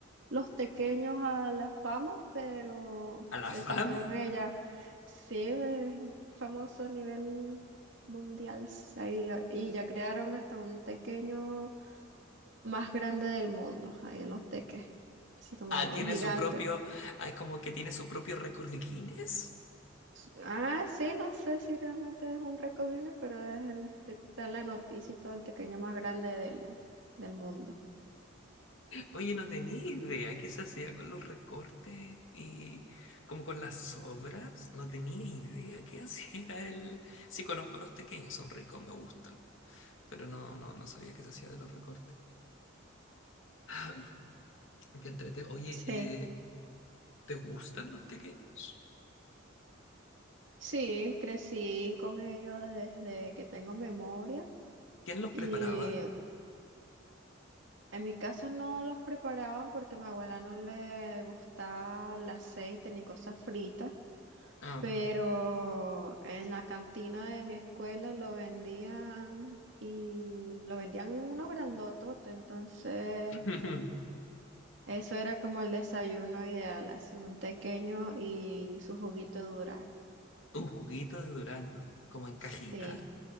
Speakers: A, on the right (about 65°); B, on the left (about 70°).
A: los tequeños a la fama, pero
B: a la
A: eso
B: fama.
A: fueron ellas.
B: <laughs>
A: Sí, eh, famoso a nivel mundial sí, ahí, ah, y ya crearon hasta un tequeño más grande del mundo ahí en los teques, así como
B: tiene
A: gigante.
B: su propio, ah, es como que tiene su propio récord de Guinness.
A: Ah, sí, no sé si realmente es un récord Guinness, pero es el, te- está en la noticia y todo el pequeño más grande del, del mundo.
B: Oye, no tenía idea qué se hacía con los recortes y como con las sobras. No tenía idea qué hacía <laughs> era el... Sí conozco a los pequeños, son ricos, me gustan, pero no, no, no sabía qué se hacía de los recortes. <clears throat> Ah, qué entrete. Oye,
A: Sí.
B: eh, ¿te gustan los pequeños?
A: Sí, crecí con ellos desde que tengo memoria
B: ¿Quién los
A: y
B: preparaba?
A: en mi casa no los preparaban porque a mi abuela no le gustaba el aceite ni cosas fritas,
B: Ah, ok.
A: pero en la cantina de mi escuela lo vendían y lo vendían unos grandototes, entonces...
B: <laughs> Un
A: Eso era como el desayuno ideal, así un tequeño y su juguito de durazno.
B: juguito de durazno, como en cajita.
A: Sí,